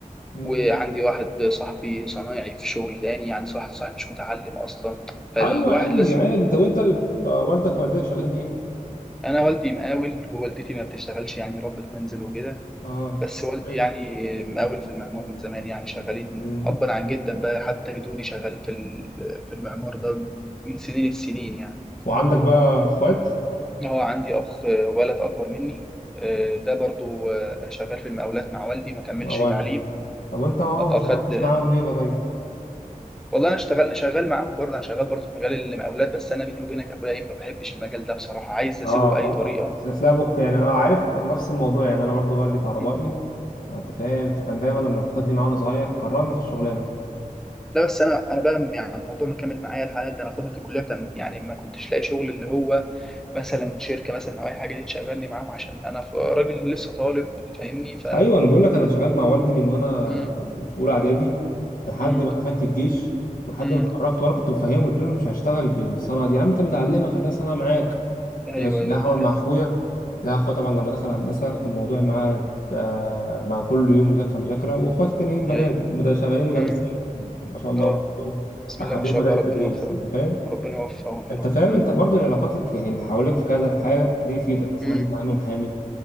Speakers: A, on the left (about 80°); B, in the centre.
A: مم.
B: وعندي واحد صاحبي صنايعي في شغل تاني يعني واحد صاحبي مش متعلم أصلا فالواحد
A: ايوه عادي
B: لازم
A: عادي طب انت ال... آه والدك ووالدتك شغالين ايه
B: أنا والدي مقاول ووالدتي ما بتشتغلش يعني ربة منزل وكده
A: اه
B: بس والدي
A: حلو
B: يعني مقاول في المعمار من زمان يعني شغالين
A: مم.
B: أبا عن جدا بقى حتى جدودي شغالين في ال- في المعمار ده من سنين السنين يعني
A: وعندك بقى اخوات
B: هو عندي اخ آه، ولد اكبر مني آه، ده برضو آه، شغال في المقاولات مع والدي ما كملش
A: مع والدة
B: تعليم
A: طب انت اه ما
B: آه،
A: شاركتش
B: خد
A: معاهم ليه بقى طيب
B: والله انا اشتغل شغال معاهم برضه انا شغال برضه في مجال المقاولات بس انا بيني وبينك يا اخويا ايه ما بحبش المجال ده بصراحه عايز اسيبه
A: اه
B: باي طريقه
A: أب- تلاقي ابوك يعني انا عارف نفس الموضوع يعني انا برضو والدي كهربائي
B: مم.
A: انت فاهم فكان دايما لما بياخدني معاه وانا صغير كرهني في الشغلانه
B: لا بس انا انا بقى يعني الموضوع مكمل معايا لحد ده انا فتره الكليه كان يعني ما كنتش لاقي شغل اللي هو مثلا شركه مثلا او اي حاجه دي تشغلني معاهم عشان انا ف- راجل لسه طالب فاهمني ف
A: ايوه انا بقول لك انا شغال مع والدي من وانا
B: مم.
A: في في اولى اعدادي لحد
B: مم.
A: ما دخلت الجيش ولحد
B: مم.
A: ما اتخرجت وانا كنت مفهمه قلت له انا مش هشتغل بالصنعه دي يا عم انت متعلمها خليها صنعه معاك
B: ايوه
A: ماشي
B: ايوه
A: لا هحاول
B: دي حقيقه
A: مع اخويا لا اخويا طبعا لما دخل هندسه الموضوع معاه
B: مم.
A: آه، بقى كل يوم مذاكره مذاكره واخواتي التانيين بنات
B: ايوه
A: مد- شغالين مدرسين
B: مم.
A: يعني ما شاء الله
B: اه
A: هم كلهم
B: بسم
A: حابين
B: الله ما شاء
A: مجال
B: الله
A: التدريس
B: ربنا يوفقهم
A: انت فاهم
B: ربنا يوفقهم يا
A: انت
B: رب
A: فاهم
B: مم.
A: انت برضو العلاقاتك يعني اللي حواليك في كذا في حاجه دي يفيدك مثلا
B: مم.
A: عندي ابن عمي محامي